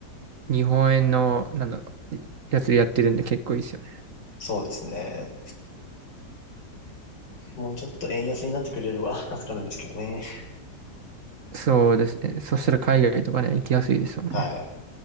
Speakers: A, on the right; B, on the left.
A: 日本円の、なんだろう、やつでやってるんで結構いいですよね。
B: そうですね。もうちょっと円安になってくれれば <laughs> 助かるんですけどね。
A: そうですね。そしたら海外とかね、行きやすいですもんね。
B: はい。